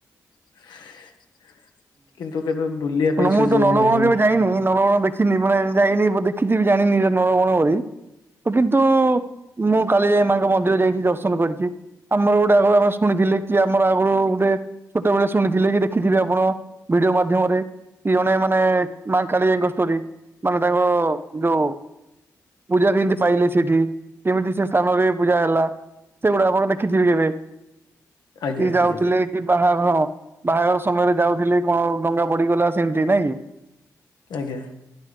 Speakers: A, on the left; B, on the right.
A: <unintelligible> କିନ୍ତୁ କେବେ ବୁଲିବା ପାଇଁ
B: ନମୁ
A: ସୁଯୋଗ
B: ତୁ ନଳବଣ
A: ମିଳିନି
B: କେବେ ଯାଇନୁ କି ନଳବଣ ଦେ ଖିନି ବଣାଏ ମୁଁ ଯାଇନି ବୋ ଦେଖିଥିବି ଜାଣିନି ହେରା ନଳବଣ ବୋଲି। ଉ କିନ୍ତୁ ମୁଁ କାଳିଜାଇ ମାଆଙ୍କ ମନ୍ଦିର ଯାଇଛି ଦର୍ଶନ କରିଚି। ଆମର ଗୋଟେ ଆଗରୁ ଆମେ ଶୁଣିଥିଲି କି ଆମର ଆଗରୁ ଗୋଟେ ଛୋଟ ବେଳେ ଶୁଣିଥିଲେ କି ଦେଖିଥିବେ ଆପଣ ଭିଡ଼ିଓ ମାଧ୍ୟମରେ କି ଜଣେ ମାନେ ମା କାଳିଜାଇଙ୍କ ଷ୍ଟୋରି। ମାନେ ତାଙ୍କ ଯୋଉ ପୂଜା କେନ୍ତି ପାଇଲେ ସେଇଠି କେମିତି ସେ ସ୍ଥାନରେ ପୂଜା ହେଲା। ସେଗୁଡ଼ା ଆପଣ ଦେଖିଥିବେ କେବେ
A: ଆଜ୍ଞା
B: ଇ ଯାଉଥୁଲେ
A: ଆଜ୍ଞା
B: କି ବାହା ହଁ ବାହାଘର ସମୟରେ ଯାଉଥୁଲେ କଣ ଡଙ୍ଗା ପଡ଼ିଗଲା ସେମତି, ନାଇଁ କି?
A: ଆଜ୍ଞା।